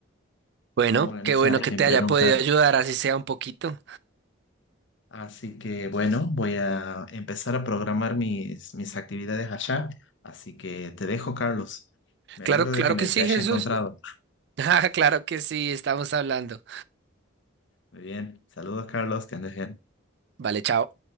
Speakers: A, on the left (about 65°); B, on the right (about 55°).
A: <laughs>
B: Bueno,
A: cómo organizar,
B: qué bueno
A: a quién
B: que te
A: preguntar.
B: haya podido ayudar, así sea un poquito.
A: Así que bueno, voy a empezar a programar mis, mis actividades allá. Así que te dejo, Carlos. Me
B: Claro,
A: alegro
B: claro
A: de que me
B: que sí,
A: te haya
B: Jesús.
A: encontrado.
B: <laughs> Ah, claro que sí, estamos hablando.
A: Muy bien. Saludos, Carlos, que andes bien.
B: Vale, chao.